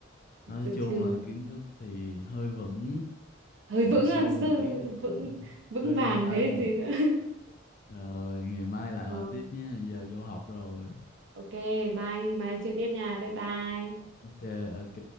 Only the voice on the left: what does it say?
nói chung
là kiến thức thì hơi vững,
hỏi
sâu
một tí thì
hơi
lung lay.
Rồi, ngày mai lại
hỏi
tiếp nhé giờ vô học rồi.
Ok, ok.